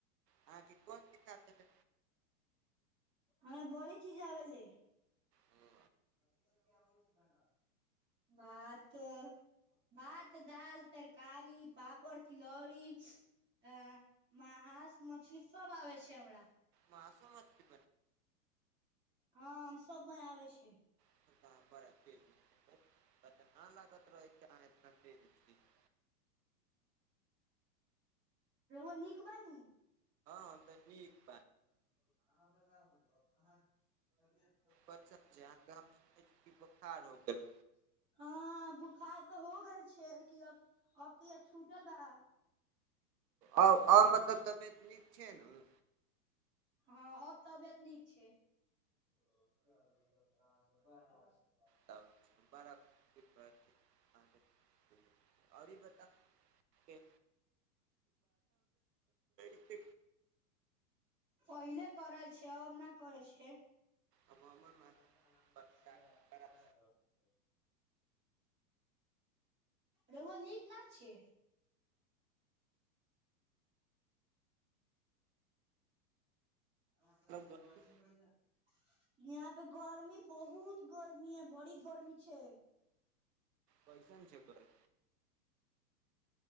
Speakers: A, on the right (about 80°); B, on the right (about 25°).
A: अहाँके कोन किताब देने
B: ा ह बोल की जावेले
A: हू
B: कथी कथी आबय छै बनावल भात भात दाल तरकारी पापड़ तिलौड़ी अ मास मछली सब आबै छै हमरा
A: मासो मछली
B: हँम सब बनाबे छै
A: <unintelligible> न लागत रहै <unintelligible>
B: रउआ नीक बानी हँ
A: हम तऽ
B: निक
A: नीक
B: बा अहाँ ब अहाँ तबियत सब कइसन
A: कैसन अहाँके
B: छै
A: हम सुनै
B: सुनइ छी
A: कि बोखार
B: बुखार
A: हो
B: रहे
A: गेल
B: हँ बुखार त हो गेल छै अब तऽ य छूटल बा
A: आ आ मतलब तबियत नीक छै ने
B: हँ आब तबियत नीक छै ओ चल ब बड़ा आर्शिर्वाद
A: तब
B: भइल
A: बड़ा खुशी भइल आओरी बता के छै
B: पहिले करल छी से आब नै करै छै
A: अहाँके
B: <unintelligible>
A: तरफ
B: रउआ नीक ना छै <unintelligible>
A: गर्मी
B: गर्मी बहुत गर्मी ह बड़ी गर्मी छै
A: पैसा नी चेक करे